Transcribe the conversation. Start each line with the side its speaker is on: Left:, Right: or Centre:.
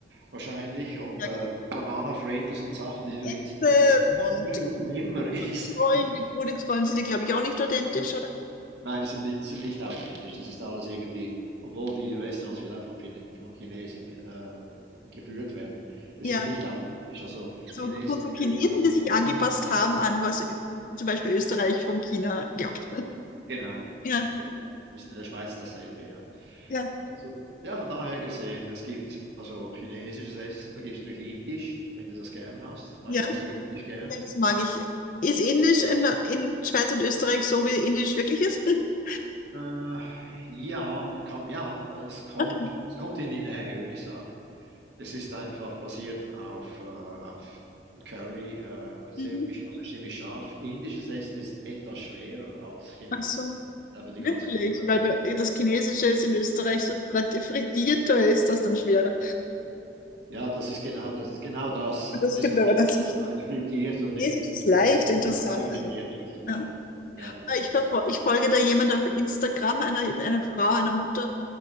Right: wahrscheinlich und
Left: ja,
Right: äh, Banana Fritters und Sachen, die du
Left: Ente
Right: in Singapur nie
Left: und die
Right: und nimmer isst.
Left: Frühlingsrollen.
Right: <laughs>
Left: Die Frühlingsrollen sind ja, glaube ich, auch nicht authentisch, oder?
Right: Nein, das sind nicht, sind nicht authentisch. Das ist alles irgendwie, obwohl die Restaurants vielleicht von, Chine- von Chinesen äh, geführt werden, es
Left: Ja,
Right: ist nicht authentisch. Also,
Left: so,
Right: chinesische
Left: so Chinesen,
Right: Küche, sie kommt
Left: die sich
Right: davon.
Left: angepasst haben an was Ö- zum Beispiel Österreich von China glaubt.
Right: Genau.
Left: Ja,
Right: genau. Ist in der Schweiz dasselbe, ja.
Left: ja,
Right: Also, ja, von daher gesehen, es gibt also chinesisches Essen, da gibt es natürlich Indisch, wenn du das gern hast. Weißt
Left: ja,
Right: du, hast du Indisch gern?
Left: ja, das mag ich. Ist Indisch in, in Schweiz und Österreich so, wie Indisch wirklich ist? <laughs>
Right: Äh, ja, man kann, ja, es kommt,
Left: Okay.
Right: es kommt in die Nähe, würde ich sagen. Es ist einfach basiert auf, äh, auf Curry, äh, ziemlich,
Left: Mhm.
Right: also ziemlich scharf. Indisches Essen ist etwas schwerer als chinesisch.
Left: Ach so,
Right: Aber die
Left: wirklich?
Right: ganze Zubereitung.
Left: Weil bei- das Chinesische ist in Österreich so frat- frittierter, ist das dann schwerer.
Right: Ja, das ist genau das, genau das.
Left: Das
Right: Das ist
Left: stimmt aber
Right: Österreich
Left: das nicht.
Right: weit frittiert und in,
Left: Chinesisch
Right: in,
Left: ist leicht,
Right: in
Left: interessant.
Right: China eigentlich
Left: Also,
Right: eher nicht, ja.
Left: ja.
Right: Ja,
Left: Ah, Ich, verfol- ich folge da jemand auf Instagram, einer, einer Frau, einer Mutter.